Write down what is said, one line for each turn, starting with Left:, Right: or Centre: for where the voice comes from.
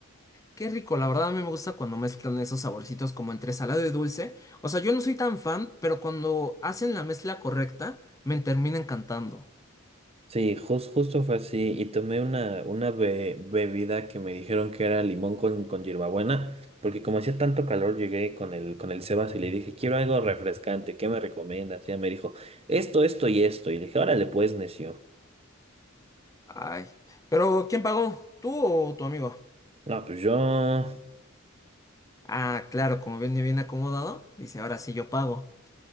Left: Qué rico, la verdad a mí me gusta cuando mezclan esos saborcitos como entre salado y dulce. O sea, yo no soy tan fan, pero cuando hacen la mezcla correcta, me termina encantando.
Right: Sí, jus- justo fue así. Y tomé una, una be- bebida que me dijeron que era limón con, con hierbabuena, porque como hacía tanto calor, llegué con el, con el Sebas y le dije, quiero algo refrescante, ¿qué me recomiendas? Y ella me dijo, esto, esto y esto. Y le dije, órale, pues, necio.
Left: Ay, pero ¿quién pagó? ¿Tú o tu amigo?
Right: No, pues yo,
Left: Ah, claro, como viene bien acomodado, dice, ahora sí yo pago.